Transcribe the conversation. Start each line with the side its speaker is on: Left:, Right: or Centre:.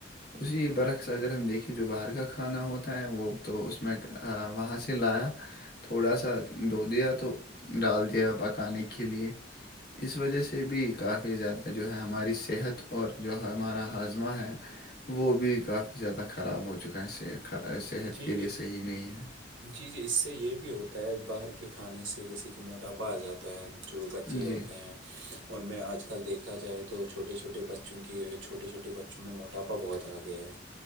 Left: اسی برق اگر ہم دیکھیں جو باہر کا کھانا ہوتا ہے وہ تو اس میں وہاں سے لایا تھوڑا سا دھو دیا تو ڈال دیا پکانے کے لیے اس وجہ سے بھی کافی زیادہ جو ہے ہماری صحت اور جو ہمارا ہاضمہ ہے وہ بھی کافی زیادہ خراب ہو چکا ہے صحت
Right: جی
Left: کے لیے صحیح نہیں ہے
Right: جی جی اس سے یہ بھی ہوتا ہے باہر کے کھانے سے جیسے کہ موٹاپا پا جاتا ہے جو بچے ہوتے
Left: جی
Right: ہیں ان میں آج کل دیکھا جائے تو چھوٹے چھوٹے بچوں کی چھوٹے چھوٹے بچوں میں موٹاپا بہت آ گیا ہے